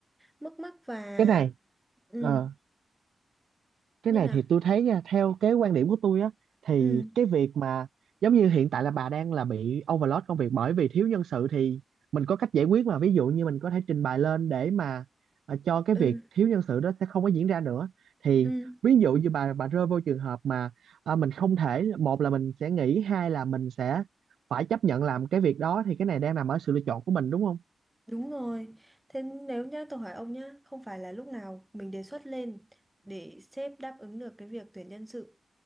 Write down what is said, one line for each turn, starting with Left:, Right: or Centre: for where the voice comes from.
Centre: mức mắc và
Right: cái này
Centre: ừ,
Right: ờ cái
Centre: như
Right: này
Centre: nào
Right: thì tôi thấy nha theo cái quan điểm của tôi á thì
Centre: Ừ,
Right: cái việc mà giống như hiện tại là bà đang là bị overload công việc bởi vì thiếu nhân sự thì mình có cách giải quyết mà ví dụ như mình có thể trình bày lên để mà ờ, cho cái
Centre: ừ,
Right: việc thiếu nhân sự đó sẽ không có diễn ra nữa thì
Centre: ừ,
Right: ví dụ như bà bà rơi vô trường hợp mà ờ, mình không thể một là mình sẽ nghỉ hai là mình sẽ phải chấp nhận làm cái việc đó thì cái này đang nằm ở sự lựa chọn của mình đúng không
Centre: đúng rồi. Thế nếu nhá, tôi hỏi ông nhá, không phải là lúc nào mình đề xuất lên để sếp đáp ứng được cái việc tuyển nhân sự